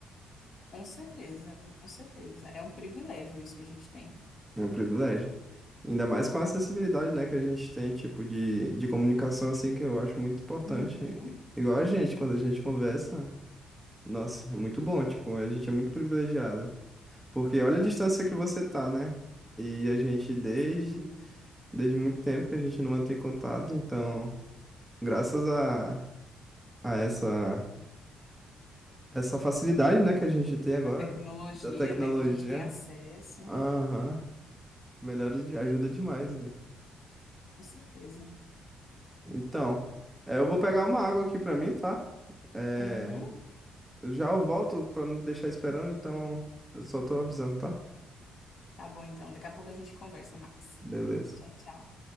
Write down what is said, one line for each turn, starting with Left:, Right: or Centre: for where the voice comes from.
Left: Com certeza, com certeza. É um privilégio isso que a gente tem.
Centre: é um privilégio. Ainda mais com a acessibilidade, né, que a gente tem, tipo, de, de comunicação, assim, que eu acho muito importante.
Left: Uhum,
Centre: Igual a gente, quando a gente conversa, nossa, é muito bom, tipo, a gente é muito privilegiado. Porque olha a
Left: com
Centre: distância
Left: certeza.
Centre: que você tá, né? E a gente, desde,
Left: Sim.
Centre: desde muito tempo que a gente não mantém contato, então, graças a, a essa, essa facilidade, né, que a gente tem agora,
Left: da tecnologia,
Centre: da tecnologia,
Left: né, que a gente tem acesso,
Centre: aham, melhora, de- ajuda demais,
Left: com certeza.
Centre: Então, é, eu vou pegar uma água aqui pra mim, tá? É,
Left: Uhum.
Centre: eu já eu volto pra não deixar esperando, então eu só tô avisando, tá?
Left: Tá bom, então. Daqui a pouco a gente conversa mais.
Centre: Beleza.
Left: Tchau, tchau.